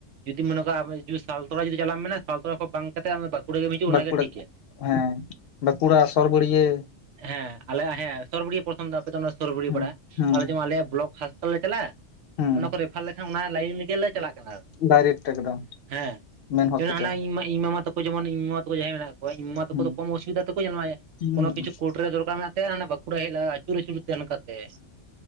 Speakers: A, on the right; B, on the left.
A: ᱡᱩᱫᱤ ᱢᱚᱱᱮᱟᱜ ᱟ ᱡᱩᱫᱤ ᱥᱟᱞᱛᱳᱟ ᱡᱩᱫᱤ ᱪᱟᱞᱟᱢ ᱢᱮᱱᱟ ᱥᱟᱞᱛᱳᱲᱟ ᱠᱷᱚᱱ ᱵᱟᱝ ᱠᱟᱛᱮ ᱵᱟ ᱠᱟᱸᱠᱩᱲᱟ ᱜᱮᱢ ᱦᱤᱡᱩᱜᱟ
B: ᱵᱟᱸᱠᱩᱲᱟ
A: ᱚᱱᱟᱜᱮ ᱴᱷᱤᱠ ᱜᱮᱭᱟ
B: ᱦᱮᱸ ᱵᱟᱸᱠᱩᱲᱟ, ᱥᱚᱨᱵᱟ. ᱨᱤᱭᱟᱹ
A: ᱦᱮᱸ ᱟᱞᱮᱭᱟᱜ ᱦᱮᱸ ᱥᱚᱨᱵᱚᱨᱤᱭᱟᱹ ᱯᱨᱚᱛᱷᱚᱢ ᱫᱚ ᱟᱯᱮ ᱫᱚ ᱥᱚᱨᱵᱟᱹᱨᱤᱭᱟᱹ
B: ᱦᱩᱸ
A: ᱯᱟᱲᱟ
B: ᱦᱩᱸ
A: ᱟᱞᱮ ᱡᱮᱢᱚᱱ ᱟᱞᱭᱟᱜ ᱵᱞᱚᱠ ᱦᱟᱸᱥᱯᱟᱛᱟᱞ ᱞᱮ ᱪᱟᱞᱟᱜᱼᱟ
B: ᱦᱩᱸ
A: ᱚᱱᱟᱠᱚ ᱨᱮᱯᱷᱟᱨ ᱞᱮᱠᱷᱟᱱ ᱚᱱᱟ ᱞᱟᱭᱤᱱ ᱞᱮᱜᱮᱞᱮ ᱼᱼ ᱦᱮᱸ
B: ᱰᱟᱭᱨᱮᱠᱴ ᱮᱠᱫᱚᱢ ᱢᱮᱱ ᱦᱚᱥᱯᱤᱴᱟᱞ
A: ᱡᱮᱢᱚᱱ ᱦᱟᱱᱟ ᱤᱧᱼᱢᱟᱢᱟ ᱤᱧ ᱢᱟᱢᱟ ᱛᱟᱠᱚ ᱡᱮᱢᱚᱱ ᱤᱧ ᱢᱟᱢᱟ ᱛᱟᱠᱚ ᱡᱟᱦᱟᱸᱭ ᱢᱮᱱᱟᱜᱼᱼ ᱤᱧ ᱢᱟ ᱛᱟᱠᱚ
B: ᱦᱩᱸ
A: ᱫᱚ ᱠᱚᱢ ᱚᱥᱩᱵᱤᱫᱟ ᱛᱟᱠᱚ ᱧᱮᱞᱢᱮ
B: ᱦᱮᱸ
A: ᱠᱳᱱᱳ ᱠᱤᱪᱩ ᱠᱳᱴ ᱨᱮ ᱫᱚᱠᱟᱨ ᱢᱮᱱᱟᱜᱼᱼ ᱛᱮ ᱦᱟᱱᱮ ᱵᱟᱸᱠᱩᱲᱟ ᱦᱮᱡ ᱞᱟᱜᱟ ᱟᱪᱩᱨ ᱟᱪᱩᱨ ᱛᱮ ᱦᱟᱱᱠᱟᱼᱼ ᱛᱮ,